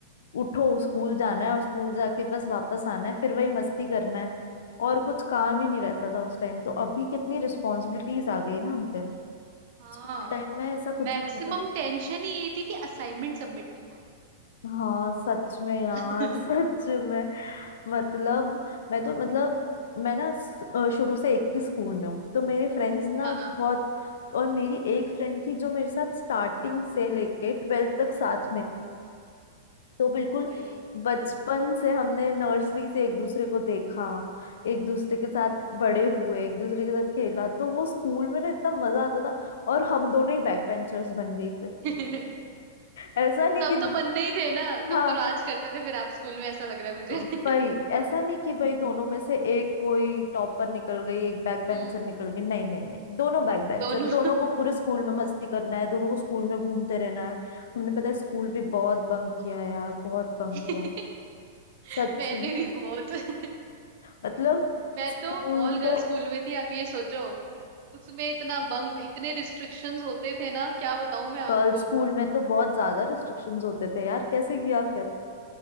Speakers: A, on the left (about 65°); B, on the right (about 50°).
A: उठो स्कूल जाना है और स्कूल जाके बस वापस आना है फिर वही मस्ती करना है और कुछ काम ही नहीं रहता था उस टाइम तो अभी कितनी रिस्पॉन्सिबिलिटीज आ गई है ना हम पे
B: हाँ
A: स्कूल टाइम में ऐसा कुछ
B: मैक्सिमम
A: भी नहीं था
B: टेंशन ही यही थी कि असाइनमेंट सबमिट नहीं हुआ
A: हाँ सच में यार
B: <laughs>
A: सच में मतलब मैं तो मतलब मैं ना स- अ, शुरू से एक ही स्कूल में हूँ तो मेरे फ्रेंड्स ना
B: हाँ
A: बहुत और मेरी एक फ्रेंड थी जो मेरे साथ स्टार्टिंग से लेके ट्वेल्थ तक साथ में थी तो बिल्कुल
B: ओ भाई
A: बचपन से हमने नर्सरी से एक दूसरे को देखा एक दूसरे के साथ बड़े हुए एक दूसरे के साथ खेला तो वो स्कूल में ना इतना मजा आता था और हम दोनों ही बैक बेंचर्स बन गई फिर
B: <laughs>
A: <laughs> ऐसा नहीं
B: तब
A: कि
B: तो बनने ही थे ना तब
A: हाँ
B: तो राज करते थे फिर आप स्कूल में ऐसा लग रहा है मुझे
A: वही
B: <laughs>
A: ऐसा नहीं कि भाई दोनों में से एक कोई टॉपर निकल गई एक बैक बेंचर
B: हम्म
A: निकल गई नहीं नहीं नहीं दोनों बैक बेंचर
B: दोनों
A: दोनों को पूरे स्कूल में मस्ती करना है दोनों को स्कूल में घूमते रहना है हमने पता है स्कूल भी बहुत बंक किया है यार बहुत बंक
B: <laughs>
A: किया है सच
B: मैंने
A: में
B: भी बहुत <laughs>
A: मतलब
B: मैं
A: स्कूल
B: तो ऑल गर्ल्स
A: तो
B: स्कूल में थी आप ये सोचो उसमें इतना बंक इतने रिस्ट्रिक्शंस होते थे ना क्या बताऊं मैं आपको
A: गर्ल्स स्कूल में तो बहुत ज्यादा रिस्ट्रिक्शंस होते थे यार कैसे किया फिर